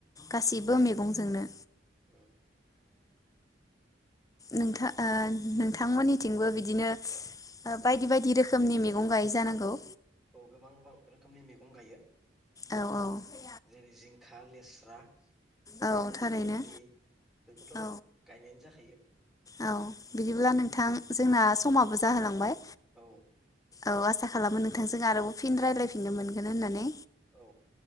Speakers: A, on the left; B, in the centre.
A: गासिबो मेगं मेगंजोंनो
B: ओ।
A: नोंथां ओ नोंथांमोननिथिंबो बिदिनो ओ बायदि बायदि रोखोमनि मैगं गायो जानांगौ!
B: औ गोबां गोबां रोखोमनि मेगं गायो
A: औ औ
B: जेरै जिंखा लेस्रा आरो
A: औ थारैनो
B: भिन्दि बेखौथ
A: औ
B: गायनायानो जाखायो
A: औ बिदिब्ला नोंथां जोंना समाबो जाहोलांबाय।
B: औ
A: औ आसा खालामो नोंथांजों आरोबाव फिन रायलायफिननो मोनगोन होननानै।
B: औ।